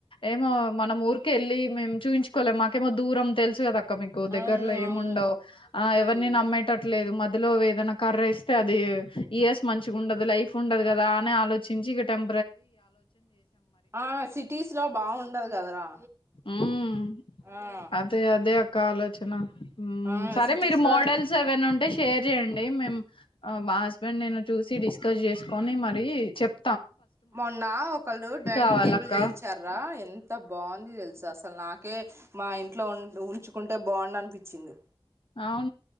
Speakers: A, on the left; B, on the right.
A: ఏమో మనం ఊరికి వెళ్ళి మేము చూయించుకోలేం మాకేమో దూరం తెలుసు కదా అక్క మీకు దగ్గరలో
B: అవును
A: ఏమి
B: అవును
A: ఉండవు ఆ
B: ఉమ్
A: ఎవరిని నమ్మేటట్లేదు మ్య అందులో వేదనా కర్ర వేస్తే అది ఇయర్స్ మంచి ఉండదు లైఫ్ ఉండదు కదా అని ఆలోచించి ఇక టెం
B: ఆ సిటీస్ లో బాగుండదు కదరా
A: ఉమ్
B: ఆ
A: అదే అదే అక్క ఆలోచన
B: ఆ
A: సరే
B: సిటీస్
A: మీరు
B: లో
A: మోడల్స్ ఎవైనా ఉంటే షేర్ చేయండి మేము మా హస్బెండ్ నేను చూసి డిస్కస్ చేసుకొని మరి చెప్
B: మొన్న ఒకళ్ళు డైనింగ్
A: కావాలక్క
B: టేబుల్ చేయించార రా ఎంత బాగు తెలుసా అసల్ నాకే మా ఇంట్లో ఉన్ ఉంచు కుంటే బాగుండనిపించింది
A: అవున్